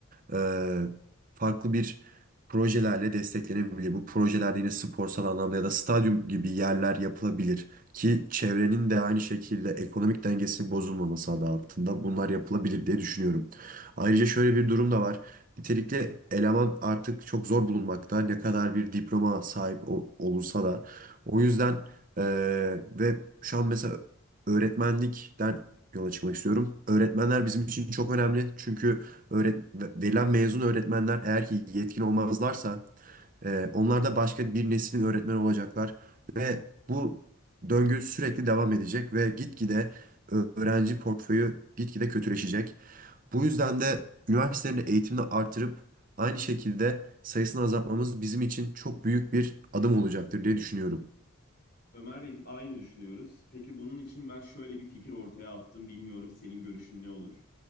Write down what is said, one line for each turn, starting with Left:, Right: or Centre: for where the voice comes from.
Right: e, farklı bir projelerle desteklenebilir. Bu projelerde yine sporsal anlamda ya da stadyum gibi yerler yapılabilir ki çevrenin de aynı şekilde ekonomik dengesinin bozulmaması adı altında bunlar yapılabilir diye düşünüyorum. Ayrıca şöyle bir durum da var. Nitelikli eleman artık çok zor bulunmakta. Ne kadar bir diploma sahip ol- olursa da. O yüzden e, ve şu an mesela öğretmenlikten yola çıkmak istiyorum. Öğretmenler bizim için çok önemli. Çünkü öğret verilen mezun öğretmenler eğer ki yetkin olmazlarsa e, onlar da başka bir neslin öğretmeni olacaklar ve bu döngü sürekli devam edecek ve gitgide öğrenci portföyü gitgide kötüleşecek. Bu yüzden de üniversitelerin de eğitimini artırıp aynı şekilde sayısını azaltmamız bizim için çok büyük bir adım olacaktır diye düşünüyorum.
Left: Ömer Bey aynı düşünüyoruz. Peki bunun için ben şöyle bir fikir ortaya attım. Bilmiyorum senin görüşün ne olur?